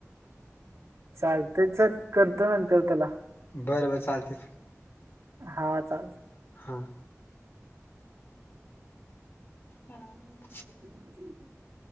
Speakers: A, on the right; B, on the left.
A: चालतेच करतो नंतर त्याला
B: बरं बरं चालते
A: हा चाल
B: हां बरोर
A: <inaudible>